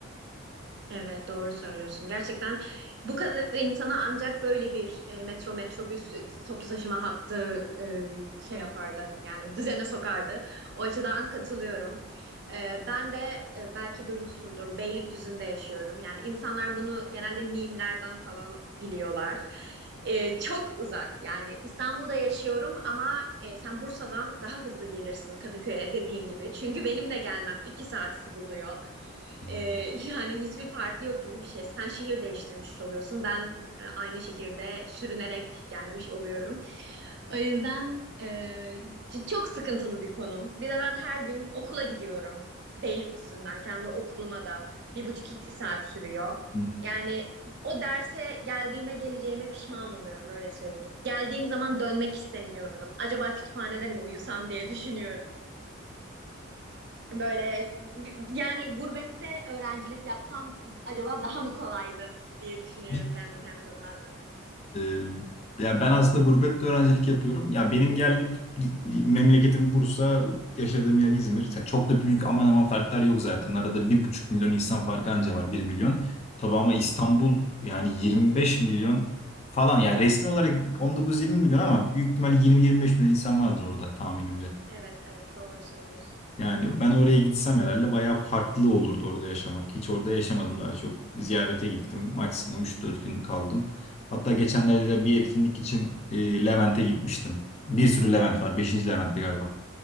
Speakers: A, on the right (about 55°); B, on the left (about 30°).
A: Evet doğru söylüyorsun. Gerçekten bu kadar insana ancak böyle bir e, metro, metrobüs, e, toplu taşıma hattı e, şey yapardı. Yani düzene sokardı. O açıdan katılıyorum. E, ben de e, belki duymuşsundur Beylikdüzü'nde yaşıyorum. Yani insanlar bunu genelde mimlerden falan biliyorlar. E, çok uzak. Yani İstanbul'da yaşıyorum ama e, sen Bursa'dan daha hızlı gelirsin Kadıköy'e dediğin gibi. Çünkü benim de gelmem iki saati buluyor.
B: Hmm.
A: Ee, <laughs> yani hiçbir farkı yok gibi bir şey. Sen şehir değiştirmiş oluyorsun. Ben e, aynı şehirde sürünerek gelmiş oluyorum. O yüzden e, c- çok sıkıntılı bir konum. Bir de ben her gün okula gidiyorum. Beylikdüzü'nden kendi okuluma da bir buçuk iki saat sürüyor.
B: Hmm.
A: Yani o derse geldiğime geleceğime pişman oluyorum öyle söyleyeyim. Geldiğim zaman dönmek istemiyorum. Acaba kütüphanede mi uyusam diye düşünüyorum e, böyle yani gurbette öğrencilik yapsam acaba daha mı kolaydı diye düşünüyorum
B: <laughs>
A: kendi kendime bazen.
B: Ee, ya ben aslında gurbette öğrencilik yapıyorum. Ya benim geldiğim memleketim Bursa, yaşadığım yer İzmir. Ya çok da büyük aman aman farklar yok zaten. Arada bir buçuk milyon insan farkı anca var, bir milyon. Tabii ama
A: Hı
B: İstanbul
A: hı.
B: yani 25 milyon falan. Yani resmi olarak 19-20 milyon ama büyük ihtimal 20-25 milyon insan vardır orada tahminimce.
A: Evet evet doğru söylüyorsun.
B: Yani ben oraya gitsem herhalde bayağı farklı olurdu orada yaşamak. Hiç orada yaşamadım daha çok. Ziyarete gittim.
A: Hı hı.
B: Maksimum üç dört gün kaldım. Hatta geçenlerde de bir etkinlik için e, Levent'e gitmiştim. Bir sürü Levent var. Beşinci Levent'ti galiba.